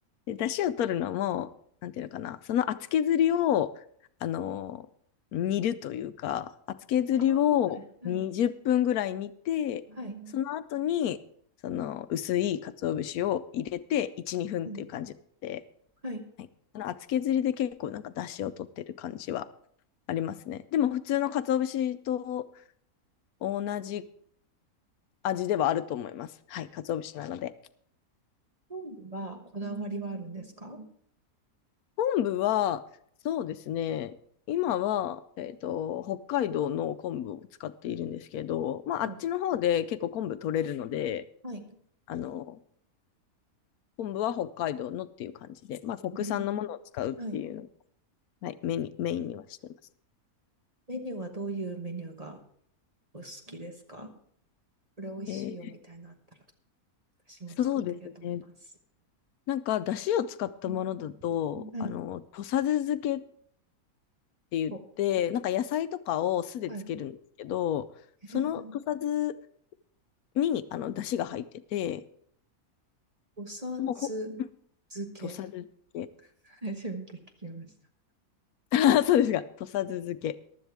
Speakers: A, on the left (about 80°); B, on the right (about 25°).
A: で、出汁を取るのも、なんていうのかな、その厚削りを、あのー煮るというか、厚削りを20分ぐらい煮て、
B: ああ、はい。はい。はい。
A: その後に、その薄い鰹節を入れて、1、2分っていう感じで、
B: はい。はい。
A: はい。あの厚削りで結構なんか出汁を取ってる感じはありますね。でも普通の鰹節と、同じ味ではあると思います。はい、鰹節なので。
B: 料理はこだわりはあるんですか
A: 昆布は、そうですね、今は、えっと、北海道の昆布を使っているんですけど、まあ、
B: はい。
A: あっちの方で結構昆布取れるので、
B: はい。
A: あの、昆布は北海道のっていう感じで、まあ、国産のものを使うっていうのを、
B: うんはい。
A: はい、メインにメインにはしてます。
B: メニューはどういうメニューがお好きですかこれ美味しいよみたいなのあったら、
A: えー
B: 私も作ってみようと思います。
A: そうですね。なんか、だしを使ったものだと、
B: うんはい。
A: あの、土佐酢漬けっって言って、
B: お、
A: なんか野菜とかを酢でつけるんですけど、
B: はい。
A: その土佐酢
B: えー、
A: に、あの、出汁が入ってて、
B: おさつ漬け。
A: もうほ、土佐酢漬け。
B: <laughs> 初めて聞きました。
A: <laughs> そうですが、土佐酢漬け。